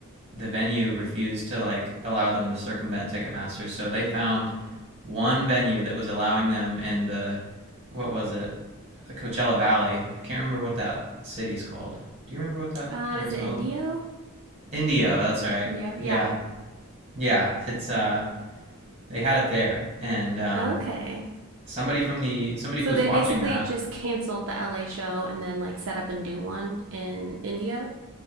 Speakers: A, on the right; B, on the right.
A: the venue refused to like allow them to circumvent Ticketmaster. So they found one venue that was allowing them in the what was it? The Coachella Valley. I can't remember what that city's called. Do you remember what that
B: Um,
A: where
B: is
A: it's
B: it
A: held?
B: Indio?
A: Indio, that's right.
B: Indio? Yeah.
A: Yeah. Yeah, it's uh they had it there and um
B: Okay.
A: somebody from the somebody
B: So
A: who was
B: they
A: watching
B: basically
A: that
B: just canceled the LA show and then like set up a new one in Indio.